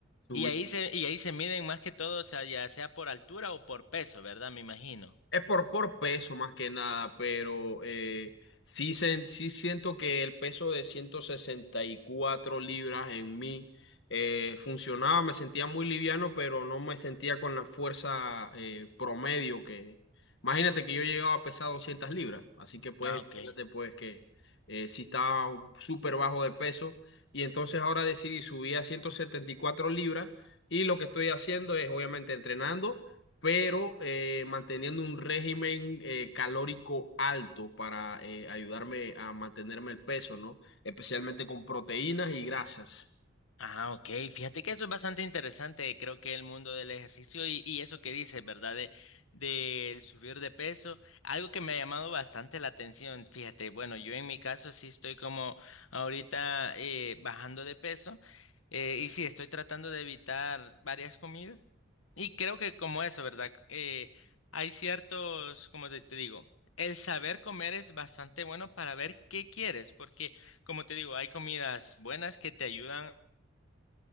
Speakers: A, on the left; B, on the left.
A: Y ahí
B: Subí
A: se, y ahí se miden más que todo, o sea, ya sea por altura o por peso, ¿verdad? Me imagino.
B: Es por, por peso más que nada, pero eh, sí, sen- sí siento que el peso de 164 libras en mí eh, funcionaba, me sentía muy liviano, pero no me sentía con la fuerza eh, promedio que... Imagínate que yo llegaba a pesar 200 libras, así que pues
A: Ah, ok.
B: imagínate pues que eh, sí estaba súper bajo de peso y entonces ahora decidí subir a 174 libras y lo que estoy haciendo es obviamente entrenando pero eh, manteniendo un régimen eh, calórico alto para eh, ayudarme a mantenerme el peso, ¿no? Especialmente con proteínas y grasas.
A: Ah, ok. Fíjate que eso es bastante interesante. Creo que el mundo del ejercicio y, y eso que dices, ¿verdad? De, del subir de peso, algo que me ha llamado bastante la atención. Fíjate, bueno, yo en mi caso sí estoy como ahorita eh, bajando de peso eh, y sí estoy tratando de evitar varias comidas. Y creo que como eso, ¿verdad? Eh, hay ciertos, como te te digo, el saber comer es bastante bueno para ver qué quieres, porque como te digo, hay comidas buenas que te ayudan